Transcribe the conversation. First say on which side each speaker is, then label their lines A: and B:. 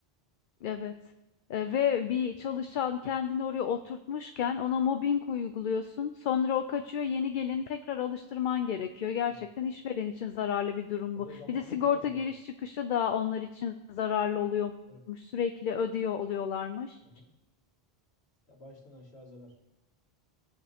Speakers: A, on the left (about 60°); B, on the left (about 80°).
A: evet. E, ve bir çalışan kendini oraya oturtmuşken ona mobbing uyguluyorsun. Sonra o kaçıyor, yeni geleni tekrar alıştırman gerekiyor. Gerçekten
B: Evet.
A: işveren için zararlı bir durum
B: O
A: bu.
B: da zaman
A: Bir de sigorta
B: ve para kaybı.
A: giriş çıkışı da onlar için zararlı oluyormuş.
B: Evet.
A: Sürekli ödüyor oluyorlarmış.
B: Hı hı. Ya baştan aşağı zarar.